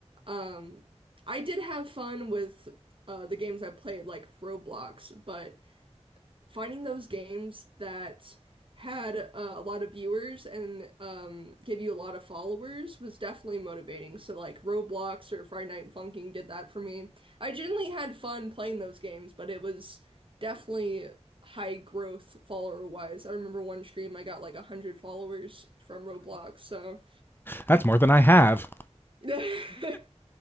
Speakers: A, on the right (about 50°); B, on the left (about 20°).
A: um, I did have fun with uh, the games I played, like Roblox, but finding those games that had uh, a lot of viewers and um, give you a lot of followers was definitely motivating. So like Roblox or Friday Night Funkin' did that for me. I generally had fun playing those games, but it was definitely high growth follower wise. I remember one stream I got like 100 followers from Roblox, so
B: that's more than i have
A: <laughs>